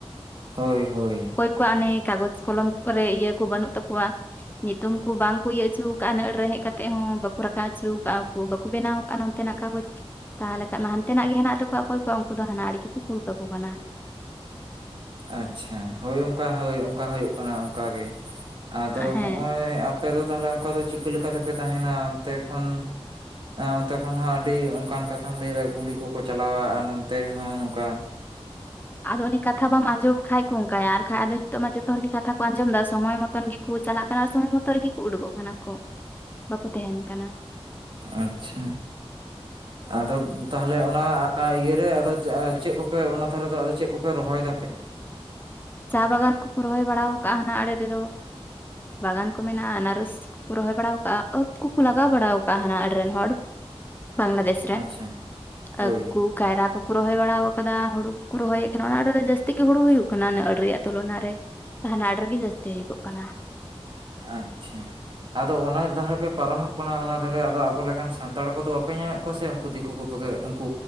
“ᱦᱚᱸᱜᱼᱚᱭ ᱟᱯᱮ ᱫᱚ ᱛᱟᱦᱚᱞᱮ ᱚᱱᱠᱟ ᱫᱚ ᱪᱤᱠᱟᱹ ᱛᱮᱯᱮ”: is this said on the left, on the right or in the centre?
Right